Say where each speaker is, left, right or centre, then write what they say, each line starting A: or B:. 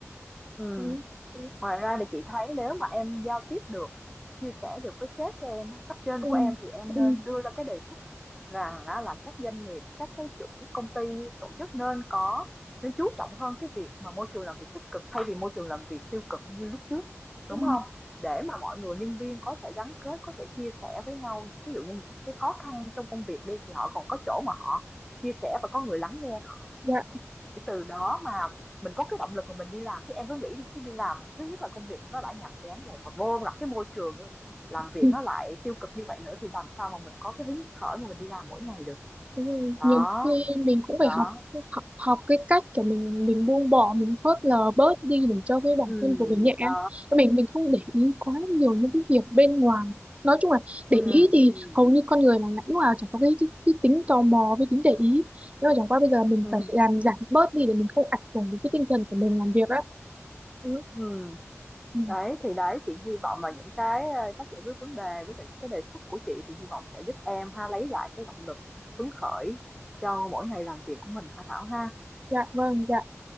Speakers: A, in the centre; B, on the right (about 25°).
A: ừm.
B: Ừ. Ừ.
A: Ngoài ra thì chị thấy nếu mà em giao tiếp được, chia sẻ được với sếp của em, cấp trên
B: Ừ.
A: của em thì em nên
B: Ừ.
A: đưa ra cái đề xuất rằng á là các doanh nghiệp, các cái chủ công ty, tổ chức nên có nên chú trọng hơn cái việc mà môi trường làm việc tích cực thay vì môi trường làm việc tiêu cực như lúc trước, đúng
B: ừ,
A: không? Để mà mọi người nhân viên có thể gắn kết, có thể chia sẻ với nhau, ví dụ như những cái khó khăn trong công việc đi thì họ còn có chỗ mà họ chia sẻ và có người lắng nghe họ
B: Dạ.
A: để từ đó mà mình có cái động lực mà mình đi làm chứ em cứ nghĩ đi cứ đi làm thứ nhất là công việc nó đã nhàm chán rồi và vô gặp cái môi trường làm việc
B: Ừ.
A: nó lại tiêu cực như vậy nữa thì làm sao mà mình có cái hứng khởi mà mình đi làm mỗi ngày được
B: Đúng rồi.
A: đó
B: Nhiều khi mình cũng
A: đó
B: phải học học, học cái cách của mình mình buông bỏ mình phớt lờ bớt đi để cho cái bản
A: ừ
B: thân của mình nhẹ
A: đó
B: mình mình không để ý quá nhiều những cái việc bên ngoài nói chung là để
A: ừ
B: ý thì
A: ừ
B: hầu như con người mà lúc nào chẳng có cái, cái, cái tính tò mò với tính để ý nhưng mà chẳng qua bây giờ mình
A: ừ
B: phải làm giảm bớt đi để mình không ảnh hưởng đến cái tinh thần của mình làm việc á ừ.
A: ừ
B: Ừ.
A: đấy thì đấy chị hy vọng là những cái ờ, cách giải quyết vấn đề với lại những cái đề xuất của chị thì hy vọng sẽ giúp em ha lấy lại cái động lực hứng khởi cho mỗi ngày làm việc của mình ha Thảo ha
B: dạ vâng dạ